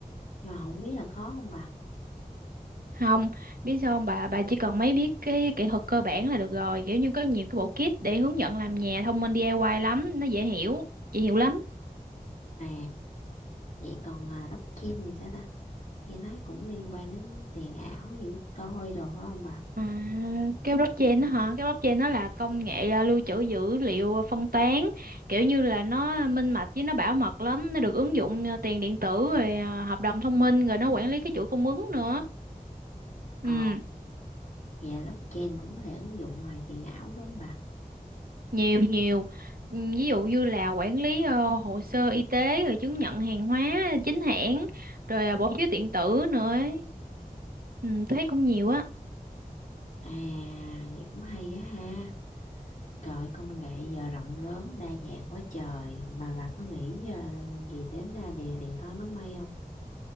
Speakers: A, on the left; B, on the right.
A: Nhưng mà không biết là khó không bà?
B: Không, biết sao không bà, bà chỉ cần mấy biết cái kỹ thuật cơ bản là được rồi. Kiểu như có nhiều cái bộ kit để hướng dẫn làm nhà thông minh DIY lắm, nó dễ hiểu, dễ hiểu lắm.
A: À, vậy còn à, blockchain thì sao ta? Nghe nói cũng liên quan đến tiền ảo gì Bitcoin đồ phải không bà?
B: À, cái blockchain đó hả? Cái blockchain nó là công nghệ à, lưu trữ dữ liệu à, phân tán, kiểu như là nó minh bạch với nó bảo mật lắm, nó được ứng dụng à, tiền điện tử rồi à, hợp đồng thông minh rồi nó quản lý cái chuỗi cung ứng nữa. Ừ,
A: Ồ. Dạ blockchain cũng có thể ứng dụng ngoài tiền ảo đúng không bà?
B: nhiều nhiều. Ừ, Ví dụ như là quản lý ờ, hồ sơ y tế rồi chứng nhận hàng hóa chính hãng rồi à, bỏ phiếu điện tử nữa. ấy. Ừ, tôi thấy cũng nhiều á.
A: À, vậy cũng hay á ha. Trời ơi, công nghệ giờ rộng lớn đa dạng quá trời mà bà có nghĩ ờ, gì đến ờ, điện điện toán đám mây không?